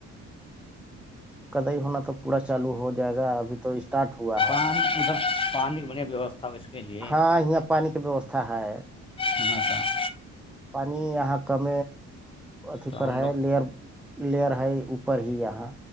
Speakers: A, in the centre; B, on the left.
A: کد ہی ہونا تو پورا چالو ہو جائے گا ابھی تو اسٹارٹ ہوا ہے
B: پان ملب پانی کی بڑھیا ویوستھا ہو اس کے لیے
A: ہاں یہاں پانی کی ویوستھا ہے
B: ہاں تو <unintelligible>
A: پانی یہاں کم اھی
B: تو
A: پر
B: ہم
A: ہے
B: لوگ
A: لئر لئر ہے اوپر ہی یہاں